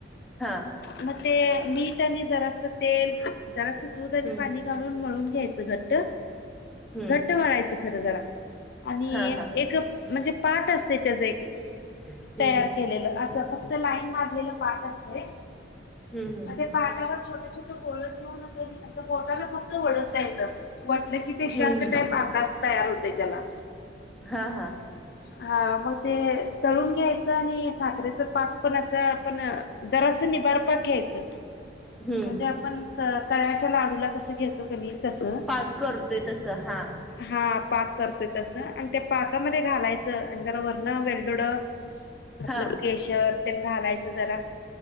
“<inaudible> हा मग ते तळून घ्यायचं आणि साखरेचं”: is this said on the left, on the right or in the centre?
Left